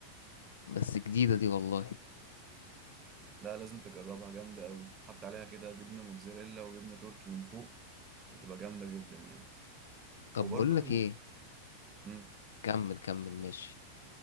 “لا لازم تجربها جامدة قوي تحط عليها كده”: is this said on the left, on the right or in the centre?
Right